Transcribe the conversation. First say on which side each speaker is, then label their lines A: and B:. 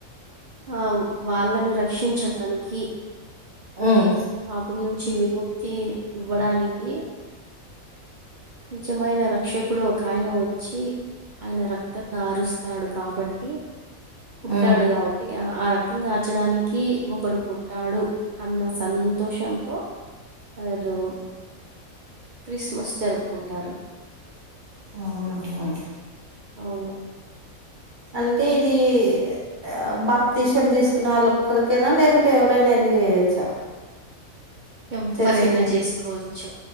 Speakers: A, on the right; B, on the right.
A: ఆ వాళ్ళను రక్షించడానికి
B: హ్మ్.
A: ఈ పాపం నుంచి విముక్తి ఇవ్వడానికి నిజమైన రక్షకుడు ఒక ఆయన వచ్చి ఆయన రక్త కారుస్తాడు కాబట్టి పుట్టాడు
B: హ్మ్.
A: గా ఆ రక్తం కాార్చడానికి ఒకడు పుట్టాడు అన్న సంతోషంతో వారు క్రిస్మస్ జరుపుకుంటారు
B: అవునా అవును
A: అవును
B: అంటే ఇది ఆ బాప్తసన్ తీసుకు వాళ్ళ ఒక్కరికైనా లేకుంటే ఎవరైనా వెళ్ళి చేయొచ్చా
A: ఎవ్వరైనా
B: చర్చికి?
A: చేసుకోవచ్చు